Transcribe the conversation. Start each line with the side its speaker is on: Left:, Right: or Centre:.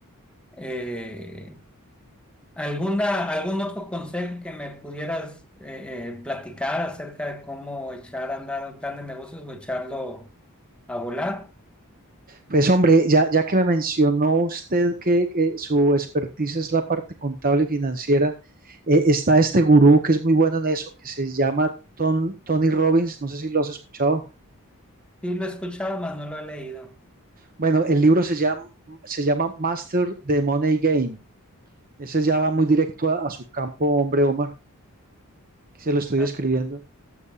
Centre: Eh, ¿alguna, algún otro consejo que me pudieras eh, eh, platicar acerca de cómo echar a andar un plan de negocios o echarlo a volar?
Right: Pues hombre, ya, ya que me mencionó usted que, que su expertise es la parte contable y financiera, eh, está este gurú que es muy bueno en eso, que se llama Ton- Tony Robbins, no sé si lo has escuchado.
Centre: Sí, lo he escuchado, mas no lo he leído.
Right: Bueno, el libro se llama, se llama Master the Money Game. Ese ya va muy directo a, a su campo, hombre, Omar, que se lo estoy
Centre: Ah,
Right: escribiendo.